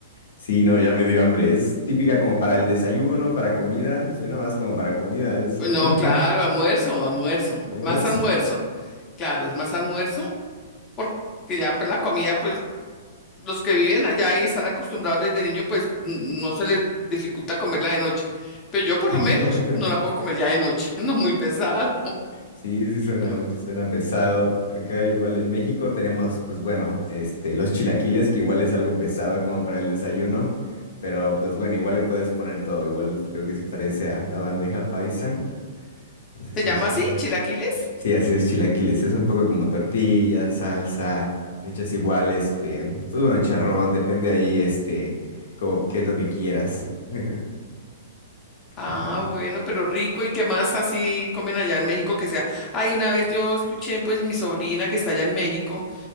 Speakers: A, on the left; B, on the left.
A: Sí, no, ya me dio hambre. Es típica como para el desayuno, para comida. Suena más como para comida eso.
B: No,
A: <laughs>
B: claro, almuerzo, almuerzo,
A: Almuerzo.
B: más almuerzo. Claro, es más almuerzo porque ya pues la comida, pues los que viven allá y están acostumbrados desde niño, pues n- no se les dificulta comerla de noche. Pero yo por
A: <laughs>
B: lo menos no la puedo comer ya de noche, <laughs> no muy pesado.
A: Sí, sí, suena,
B: No,
A: suena pesado. Acá igual en México tenemos, pues bueno, este, los chilaquiles, que igual es algo pesado como para el desayuno. Pero pues bueno, igual le puedes poner todo. Igual creo que se parece a la bandeja paisa. No sé
B: ¿Se
A: si
B: llama
A: haces.
B: así, chilaquiles?
A: Sí, así es chilaquiles. Es un poco como tortilla, salsa, hechas igual, este, pues bueno, charrón, depende ahí, este, como, qué es lo que quieras. <laughs>
B: Ah,
A: Ujú.
B: bueno, pero rico. ¿Y qué más así comen allá en México que sea? Ay, una vez yo escuché, pues mi sobrina que está allá en México,